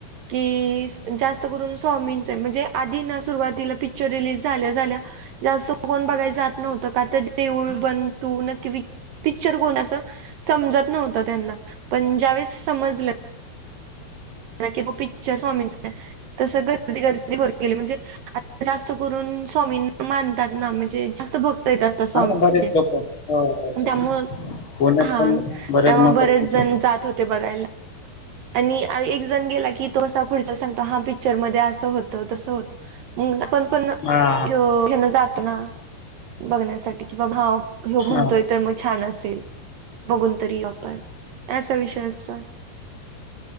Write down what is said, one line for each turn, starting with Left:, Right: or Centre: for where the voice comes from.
Right: की जास्त करून सवामींच म्हणजे आधी ना सुरुवातीला पिक्चर रिलीज झाल्या झाल्या जास्त कोण बघाय जात नव्हतं का तर देऊळ बनंतू न कि पिक्चर कोण अस, समजत नव्हत त्यांना पणजावे समजलं
Left: <inaudible>
Right: की पिक्चर स्वामीं आहे तसं गर्दी गर्दी <unintelligible> गेली म्हणजे आ जास्त करून स्वामींना मानतात ना म्हणजे जास्त भक्त देतात स्वामीचे,
Left: हा बरेच लोक हो हो हो
Right: त्यामुळं
Left: पुण्यात
Right: हा
Left: पण बरेच
Right: त्यामुळे
Left: मठ
Right: बरेच
Left: आहेत
Right: जण
Left: आमचे
Right: जात होते बघायला. आणि एक जण गेला की तो असा पुढच्या सांगतो हा पिक्चरमध्ये असं होतं तसं होत. म आपण पण,
Left: हा हा
Right: घेण जात ना, बघण्यासाठी कि बा भाव हो म्हणतोय
Left: हा
Right: तर मग छान असेल, बघून तरी आपण, असा विषय असतो.